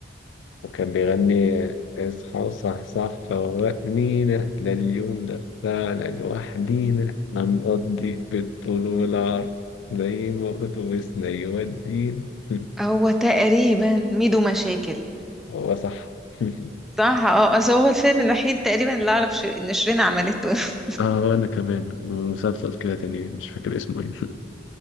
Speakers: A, on the left; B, in the centre.
A: وكان بيغني اصحى صح صح فوقنينا ده اليوم ده بتاعنا لوحدينا هنقضي بالطول والعرض زي ما أتوبيسنا يودينا <laughs>
B: هو تقريبا ميدو مشاكل
A: هو صح <laughs>
B: صح اه اصل هو الفيلم الوحيد تقريبا اللي اعرف ش- ان شيرين عملته <laughs>
A: اه انا كمان مسلسل كده تاني مش فاكر اسمه ايه